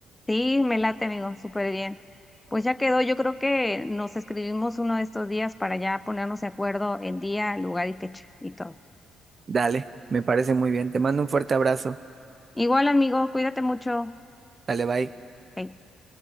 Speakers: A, on the left; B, on the right.
A: Sí, me late, amigo, súper bien. Pues ya quedó, yo creo que nos escribimos uno de estos días para ya ponernos de acuerdo en día, lugar y fecha y todo.
B: Dale, me parece muy bien. Te mando un fuerte abrazo.
A: Igual, amigo, cuídate mucho.
B: Dale, bye.
A: Bye.